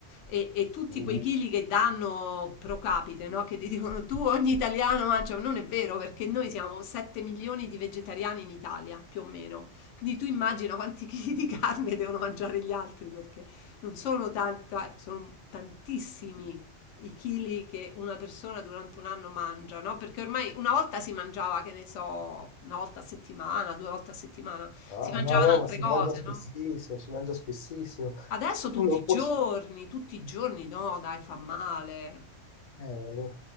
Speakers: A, on the left; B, on the left.
A: E, e tutti
B: Mm.
A: quei chili che danno pro capite, no? Che ti dicono tu ogni italiano mangia, non è vero perché noi siamo 7 milioni di vegetariani in Italia, più o meno. Quindi tu immagina quanti <laughs> chili di carne devono mangiare gli altri perché non sono tanta, sono tantissimi i chili che una persona durante un anno mangia, no? Perché ormai una volta si mangiava, che ne so, una volta a settimana, due volte a settimana
B: no,
A: si mangiavano
B: no, no,
A: altre
B: ma si
A: cose,
B: mangia spessissimo,
A: no?
B: si mangia spessissimo.
A: Adesso tutti
B: Tu Non
A: i
B: fosse...
A: giorni, tutti i giorni, no, dai, fa male.
B: Eh,